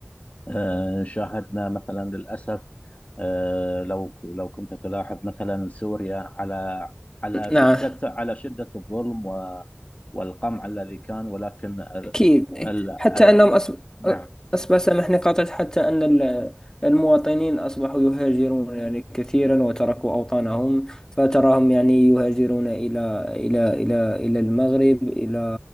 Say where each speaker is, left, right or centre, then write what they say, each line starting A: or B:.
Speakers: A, on the left; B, on the left.
A: آه، شاهدنا مثلا للأسف آه، لو لو كنت تلاحظ مثلا سوريا على على
B: نعم
A: شدة على شدة الظلم و- والقمع الذي كان ولكن ال
B: أكيد إيه.
A: ال
B: حتى
A: ال
B: أنهم أصب...
A: نعم
B: أصبح سامحني قاطعت حتى أن ال- المواطنين أصبحوا يهاجرون يعني كثيرا وتركوا أوطانهم فتراهم يعني يهاجرون إلى إلى إلى إلى المغرب إلى